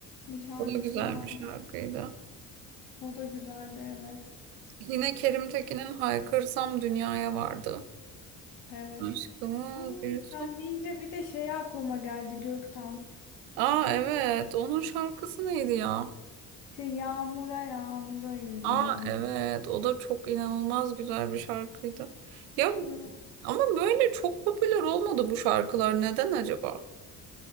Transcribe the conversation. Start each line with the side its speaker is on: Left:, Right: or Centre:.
Left: bir şarkısı
Right: O da güzel
Left: vardı.
Right: bir şarkıydı.
Left: O da güzeldi evet.
Right: Yine Kerim Tekin'in Haykırsam Dünya'ya vardı.
Left: Evet.
Right: Aşkımız
Left: Aa,
Right: bir su.
Left: sen deyince bir de şey aklıma geldi Gökten.
Right: Aa evet onun şarkısı neydi ya?
Left: Şey yağmura yağmura yürüyorum.
Right: Aa evet o da çok inanılmaz güzel bir şarkıydı. Ya
Left: Evet.
Right: ama böyle çok popüler olmadı bu şarkılar neden acaba?